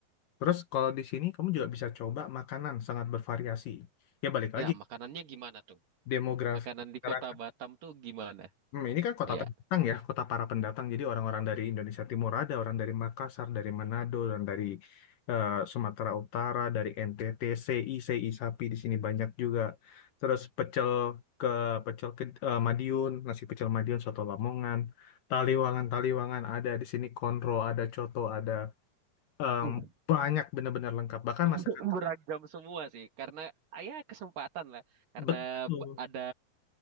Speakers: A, on the left; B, on the right.
A: Terus kalau di sini kamu juga bisa coba makanan sangat bervariasi. Ya balik lagi
B: Ya, makanannya gimana tuh?
A: demografi
B: Makanan
A: masyarakat.
B: di kota Batam tuh gimana?
A: Hmm, ini kan kota
B: Ya,
A: pendatang ya, kota para pendatang. Jadi orang-orang dari Indonesia Timur ada, orang dari Makassar, dari Manado, orang dari eh, Sumatera Utara, dari NTT, CI, CI sapi di sini banyak juga. Terus pecel ke pecel ke eh, Madiun, nasi pecel Madiun, soto Lamongan, Taliwangan, Taliwangan ada di sini, konro ada, coto ada. Em,
B: uh,
A: banyak benar-benar lengkap. Bahkan
B: <laughs>
A: masakan
B: beragam semua sih. Karena ah, ya kesempatan lah. Karena
A: Betul.
B: b- ada